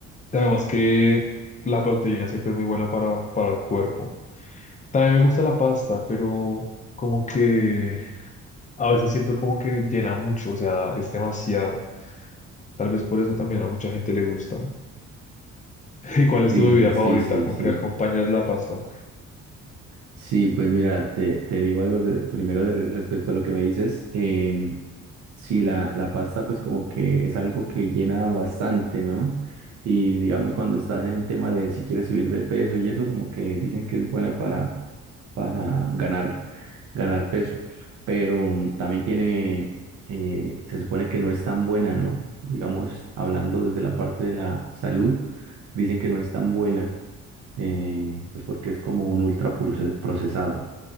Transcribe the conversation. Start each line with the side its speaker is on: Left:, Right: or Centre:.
Left: Además que la proteína siempre es muy buena para, para el cuerpo. También me gusta la pasta, pero como que a veces siento como que llena mucho, o sea, es demasiado. Tal vez por eso también a mucha gente le gusta. <laughs> ¿Y cuál es
Right: Sí,
Left: tu bebida
Right: sí,
Left: favorita?
Right: sí,
Left: ¿Con
Right: sí.
Left: qué acompañas la pasta?
Right: Sí, pues mira, te, te digo algo de- primero de- respecto a lo que me dices. em, sí, la, la pasta pues como que es algo que llena bastante, ¿no? Y digamos cuando estás en tema de si quieres subir de peso y eso como que dicen que es buena para, para ganar, ganar peso, pero mm, también tiene, eh, se supone que no es tan buena, ¿no? Digamos, hablando desde la parte de la salud, dicen que no es tan buena, eh, pues porque es como un ultra procesado.